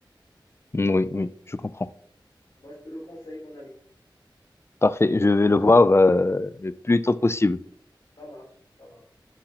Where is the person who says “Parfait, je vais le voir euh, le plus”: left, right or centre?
Left